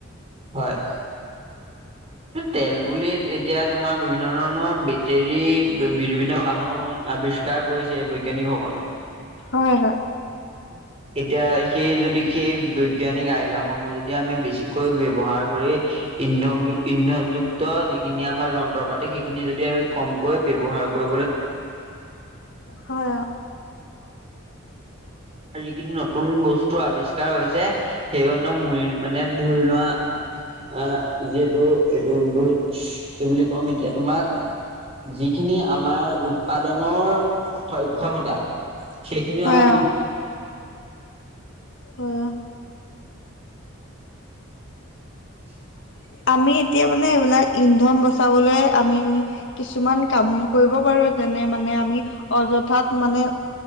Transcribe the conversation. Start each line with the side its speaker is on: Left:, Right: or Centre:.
Right: হয় তেল বুলি এতিয়া তোমাৰ বিভিন্ন ধৰণ ৰ বেটেৰী বিভিন্ন বাহন আৱিষ্কাৰ কৰিছে বৈজ্ঞানিকসকলে
Left: হয় হয়
Right: এতিয়া সেই যদি সেই বৈজ্ঞানিক আহিলাস সমূহ যদি আমি বেছিকৈ ব্য্ৱহাৰ কৰি ইন্ধন ইন্ধনযুক্ত যিখিনি আমাৰ যন্ত্ৰ পাতি সেইখিনি যদি আমি কমকৈ ব্য্ৱহাৰ কৰ
Left: হয়
Right: <unintelligible> য নতুন বস্তু আৱিষ্কাৰ হৈছে সেই হ ম মানে ধৰি লোৱা আ যিহেতু এইটো কি বুলি কম এতিয়া তোমাক যিখিনি আমাৰ উৎপাদনৰ সক্ষমতা সেইখিনিও
Left: হয়
Right: আমাৰ
Left: অ'।
Right: <inaudible>
Left: আমি এতিয়া মানে এইবিলাক ইন্ধন বচাবলৈ আমি কিছুমান কাম কৰিব পাৰো। যেনে মানে আমি অযথাত মানে